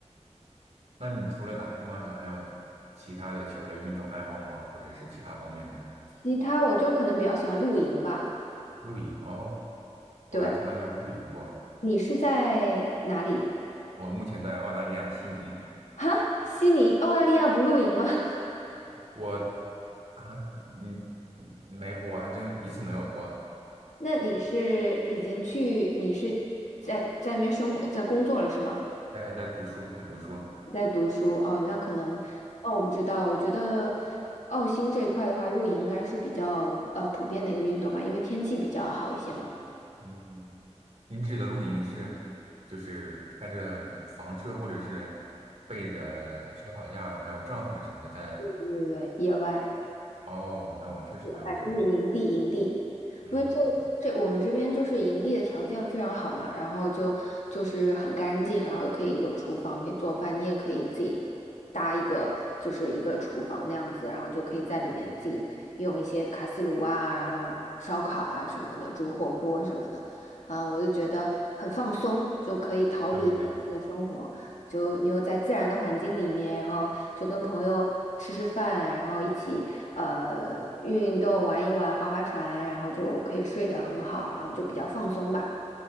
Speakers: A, on the right; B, on the left.
A: 那你除了打乒乓球，还有其他的球类运动爱好吗？或者是其他方面的
B: 其他我就可能比较喜欢露营吧。
A: 露营？哦，我还从来没有露营过。
B: 对，你是在哪里？
A: 我目前在澳大利亚悉尼，
B: 哈，悉尼，澳大利亚不露营吗？<laughs>
A: 我啊，嗯，没，我还真一次没有过。
B: 那你是已经去，你是在在那边生活，在工作了是吗？
A: 哎，在读书，在读书。
B: 在读书哦，那可能哦，我不知道。我觉得澳新这一块的话，露营应该是比较呃普遍的一个运动嘛，因为天气比较好一些嘛。
A: 嗯嗯，您指的露营是就是开着房车，或者是背着烧烤架，还有帐篷什么的在。
B: 对对对，野外。
A: 哦，那我确实没有经历过。
B: 哎，就是营地，营地，
A: 嗯，
B: 因为这这我们这边就是营地的条件非常好嘛，然后就就是很干净，然后又可以有厨房可以做饭，你也可以自己搭一个就是一个厨房那样子，然后就可以在里面自己用一些卡斯炉啊，然后烧烤啊什么的，煮火锅什么的，嗯，我就觉得很放松，就可以逃离现实的生活。
A: 对对
B: 就你又在自然的环境里面，然后就跟朋友吃吃饭，然后一起呃运运动、玩一玩、划划船，然后就可以睡得很好，然后就比较放松吧。